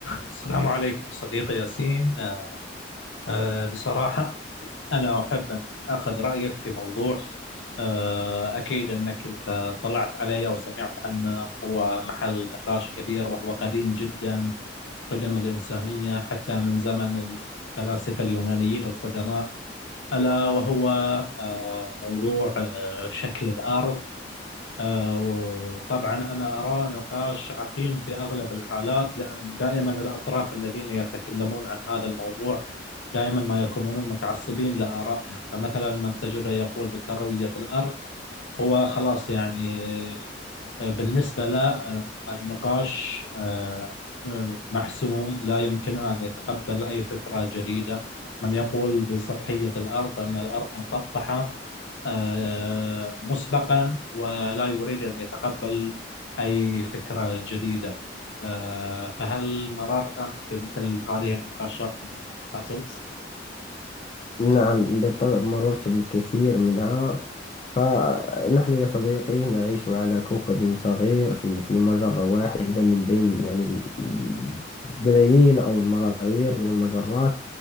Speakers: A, on the left; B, on the left.
A: السلام عليكم صديقي ياسين آه، آه، بصراحة أنا أحب أن أخذ رأيك في موضوع آه، أكيد أنك أنت طلعت عليه وسمعت عنه هو محل نقاش كبير وهو قديم جدا قدم الإنسانية حتى من زمن الفلاسفة اليونانيين القدماء ألا وهو آه، موضوع آه، شكل الأرض آه، وطبعا أنا أراه نقاش عقيم في أغلب الحالات لأن دائما الأطراف الذين يتكلمون عن هذا الموضوع دائما ما يكونون متعصبين لآرائهم فمثلا من تجده يقول بكروية الأرض هو خلاص يعني آه، بالنسبة له آه، النقاش آه، آه، محسوم لا يمكنه أن يتقبل أي فكرة جديدة من يقول بسطحية الأرض أن الأرض مسطحة آه، مسبقا ولا يريد أن يتقبل أي فكرة جديدة آه، فهل مررت أنت بمثل هذه النقاشات من قبل؟
B: نعم بالطبع مررت بالكثير منها فنحن يا صديقي نعيش على كوكب صغير في في مجرة واحدة من بين يعني بلايين أو الملايير من المجرات